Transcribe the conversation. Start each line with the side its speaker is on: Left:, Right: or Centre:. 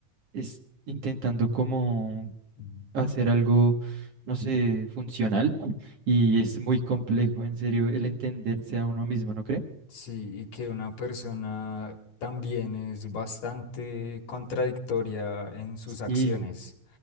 Right: es intentando como
Left: Mm.
Right: hacer algo, no sé, funcional y es muy complejo, en serio, el
Left: Y-
Right: entenderse a uno mismo, ¿no cree?
Left: Sí, y que una persona también es bastante contradictoria en sus acciones.
Right: Sí,